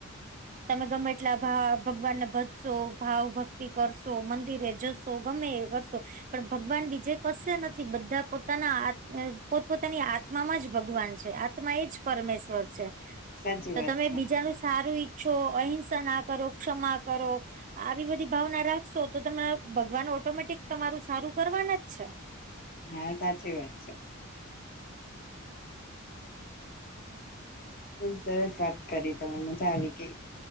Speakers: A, on the right (about 35°); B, on the left (about 45°).
A: તમે ગમે એટલા ભાવ ભગવાનને ભજશો ભાવ ભક્તિ કરશો મંદિરે જશો ગમે કરશો પણ ભગવાન બીજે કશે નથી બધા પોતાના પોતપોતાની આ આત્મામાં જ ભગવાન છે આત્મા એ જ પરમેશ્વર છે
B: સાચી
A: તો
B: વાત
A: તમે
B: છે
A: બીજાનું સારુ છો અહિંસા ના કરો ક્ષમા કરો આવી બધી ભાવના રાખશો તો તને ભગવાન ઓટોમેટિક તમારું સારું કરવાન જ છે.
B: હા સાચી વાત છે. હલ સરસ વાત કરી તમે મજા આવી કે